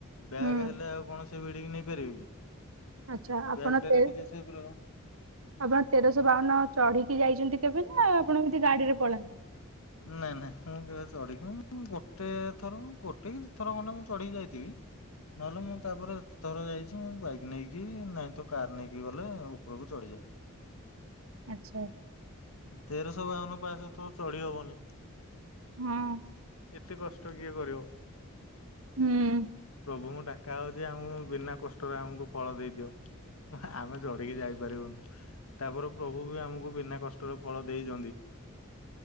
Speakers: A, on the left; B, on the right.
A: ବ୍ୟାଗ୍
B: ହୁଁ
A: ହେଲେ ଆଉ କଣ ସେ ଭିଡିକ ନେଇପାରିବେ କି
B: ଆଚ୍ଛା ଆପଣ
A: ବ୍ୟାଗ
B: ତେ
A: ଟାରେ ଟିକେ ସେଫ ରହିବ।
B: ଆପଣ ତେରଶହ ବାଉନ ଚଢିକି ଯାଇଛନ୍ତି କେବେ ନା ଆପଣ ଏମିତି ଗାଡିରେ ପଳାନ୍ତି।
A: ନାଇଁ ନାଇଁ ମୁଁ କେବେ ଚଢିକି ଗୋଟେ ଥର ଗୋଟେ କି ଦଇ ଥର ଖଣ୍ଡେ ମୁଁ ଚଢିକି ଯାଇଥିବି। ନହେଲେ ମୁଁ ତାପରେ ଏତେ ଥର ଯାଇଛି ମୁଁ ବାଇକ ନେଇକି ନାଇଁ ତ କାର ନେଇକି ଗଲେ ଉପରକୁ ଚଢିଯାଏ।
B: ଆଚ୍ଛା।
A: ତେରଶ ବାଉନ ପାହା ଶ ତ ଚଢି ହବନି।
B: ହଁ
A: ଏତେ କଷ୍ଟ କିଏ କରିବ?
B: ହୁଁ
A: ପ୍ରଭୁଙ୍କୁ ଡାକା ହଉଛି ଆମ ବିନା କଷ୍ଟରେ ଆମକୁ ଫଳ ଦେଇଦିଅ। ଆମେ ଚଢିକି ଯାଇପାରିବୁନୁ। ତାପରେ ପ୍ରଭୁ ବି ଆମକୁ ବିନା କଷ୍ଟରେ ଫଳ ଦେଇଚନ୍ତି।